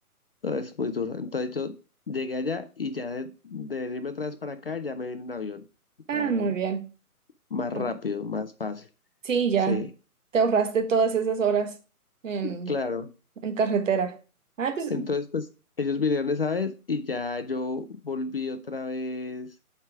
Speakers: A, on the left; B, on the right.
A: no, es muy duro. Entonces yo llegué allá y ya de, de venirme otra vez para acá, ya me vine en avión.
B: Ah,
A: Ya
B: muy bien.
A: más
B: Ah,
A: rápido, más fácil.
B: Sí, ya.
A: Sí,
B: Te ahorraste todas esas horas en,
A: claro.
B: en carretera. Ah, pues,
A: Entonces, pues ellos vinieron esa vez y ya yo volví otra vez,